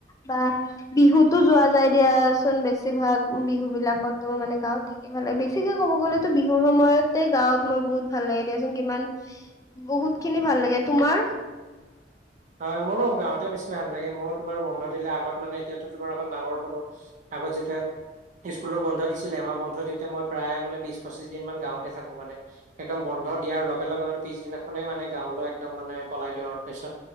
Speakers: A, on the left (about 20°); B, on the right (about 45°).
A: বা বিহুতো যোৱা যায় দিয়াচোন বেছিভাগ বিহু বিলাকতো মানে গাঁওত। ভাল লাগে বেছিকে ক'ব গ'লেতো বিহুৰ সময়তে গাঁৱত মই বহুত ভাল লাগে দিয়াচোন কিমান বহুত খিনি ভাল লাগে। তোমাৰ?
B: হয় মোৰো গাঁৱতে বেছি ভাল লাগে। মইয়ো তোমাৰ বন্ধ দিলে আগত মানে এতিয়া তোমাৰ এখন ডাঙৰ হ'লো আগত যেতিয়া স্কুল বন্ধ দিছিলে আমাৰ বন্ধ দিওঁতে মই প্ৰায় মানে বিশ পঁচিশ দিন মান গাঁৱতে থাকো মানে, একদম বন্ধ দিয়াৰ লগে লগে মানে পিছদিনাখনে মানে গাঁৱলৈ একদম মানে পলাই দিওঁ আৰু তাৰপিছত